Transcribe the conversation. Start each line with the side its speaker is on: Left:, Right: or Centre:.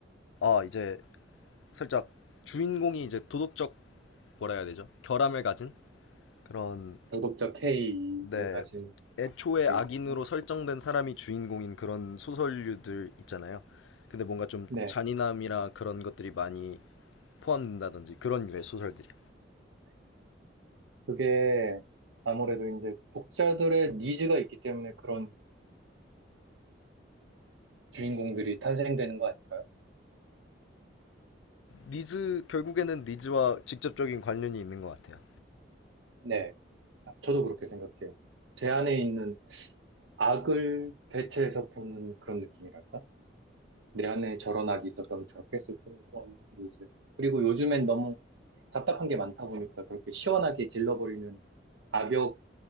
Left: 아 이제 살짝 주인공이 이제 도덕적 뭐라 해야 되죠? 결함을 가진 그런
Right: <laughs> 도덕적 K를
Left: 네
Right: 가진
Left: 애초에
Right: 주인공이요.
Left: 악인으로 설정된 사람이 주인공인 그런 소설류들 있잖아요. 근데 뭔가 좀
Right: 네,
Left: 잔인함이나 그런 것들이 많이 포함된다든지 그런 유의 소설들이요.
Right: 그게 아무래도 이제 독자들의 니즈가 있기 때문에 그런 주인공들이 탄생되는 거 아닐까요?
Left: 니즈 결국에는 니즈와 직접적인 관련이 있는 것 같아요.
Right: 네, 저도 그렇게 생각해요. 제 안에 있는 악을 대체해서 보는 그런 느낌이랄까? 내 안에 저런 악이 있었다면 저렇게 했을 거고, 이제. 그리고 요즘엔 너무 답답한 게 많다 보니까 그렇게 시원하게 질러버리는 악역